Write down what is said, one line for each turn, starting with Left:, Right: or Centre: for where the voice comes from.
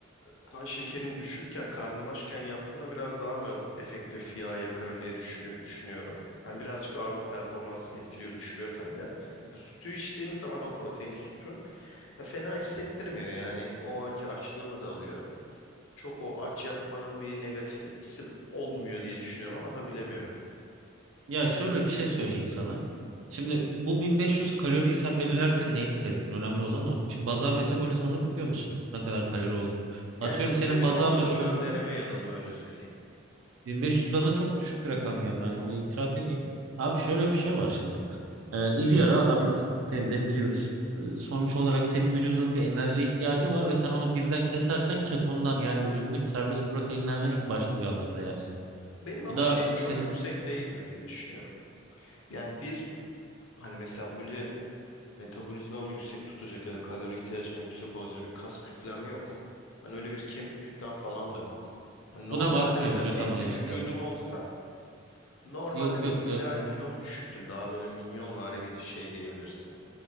Left: Kan şekerim düşükken, karnım açken yaptığımda biraz daha mı efektif yağ yakarım diye düşünü- düşünüyorum. Hani birazcık ağırlık performansımı etkiliyor, düşürüyor tabii de. Ha, sütü içtiğim zaman o proteinli sütü ha, fena hissettirmiyor yani. O anki açlığımı da alıyor. Çok o aç yapmanın bir negatif etkisi olmuyor diye düşünüyorum ama tabii bilemiyorum.
Right: ya şöyle bir şey söyleyeyim sana. Şimdi bu 1500 kaloriyi sen belirlerken neye dikkat ettin? Önemli olan o. Şimdi bazal metabolizmanı biliyor musun? Ne kadar kalori olduğunu.
Left: Yani
Right: Atıyorum
Left: sistemik
Right: senin bazal
Left: olmadı.
Right: metabolizma
Left: Şu an deneme yanılma öyle söyleyeyim.
Right: 1500 bana çok düşük bir rakam geldi. Hani onu itiraf edeyim. Abi şöyle bir şey var şimdi. Ee, iri yarı adamlarız. Seni de biliyoruz. Ee, sonuç olarak senin vücudunun bir enerji ihtiyacı var ve sen onu birden kesersen ketondan yani vücudundaki serbest proteinlerden ilk başta uyandığında yersin.
Left: Benim ama
Right: Bu da
Left: şeyim çok
Right: senin
Left: yüksek değildir diye düşünüyorum. Yani bir hani mesela öyle metabolizmamı yüksek tutacak ya da kalori ihtiyacım yüksek olacak bir kas kütlem yok. Hani öyle bir kemik kütlem falan da yok. Hani
Right: ona
Left: normalde
Right: bakmıyor
Left: mesela
Right: vücut
Left: fit
Right: ama
Left: bir
Right: işte.
Left: vücudum olsa normalde
Right: Yok
Left: bir
Right: yok.
Left: ideal
Right: ya-
Left: kilom düşüktür. Daha böyle minyonvari bir şey diyebilirsin.